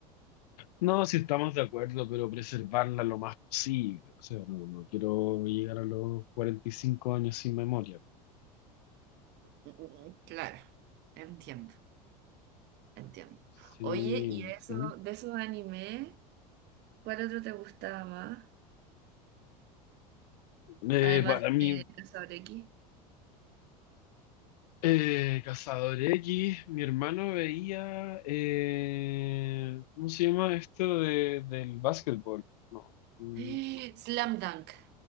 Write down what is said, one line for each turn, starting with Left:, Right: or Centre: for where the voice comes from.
Left: No, si estamos de acuerdo, pero preservarla lo más posible. O sea, no, no quiero llegar a los 45 años sin memoria.
Right: Mm, mm, mm, Claro, entiendo, entiendo.
Left: Sí.
Right: Oye, ¿y de eso,
Left: ¿Mm?
Right: de esos animes, cuál otro te gustaba más?
Left: Eh,
Right: Además
Left: para mí,
Right: de Casablanca.
Left: eh, Cazador X, mi hermano veía, eh, ¿cómo se llama esto de, del básquetbol? No. mm,
Right: <gasps>
Left: co-
Right: Slam Dunk.